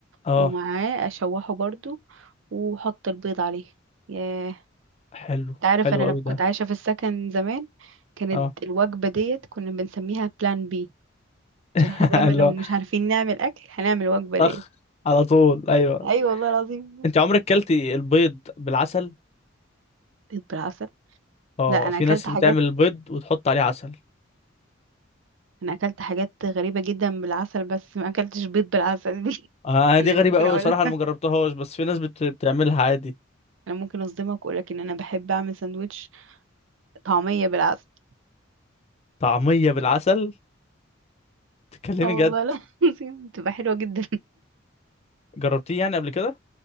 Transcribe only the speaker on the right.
ومعاه اشوحه برضو وحط البيض عليه ياه انت
عارف
انا لما
كنت
عايشه في السكن زمان كانت
الوجبه ديت كنا بنسميها بلان بي
عشان احنا دايما
لو
مش عارفين نعمل اكل هنعمل الوجبه
ديت
ايوه والله العظيم
بيض بالعسل
لا انا
اكلت
حاجات
انا اكلت حاجات غريبه جدا بالعسل بس ما اكلتش بيض بالعسل دي
<laughs> انا
ممكن
اقول
انا ممكن اصدمك واقول لك ان انا بحب اعمل سندوتش طعميه بالعسل
اه والله
لا <laughs> العظيم بتبقى حلوه جدا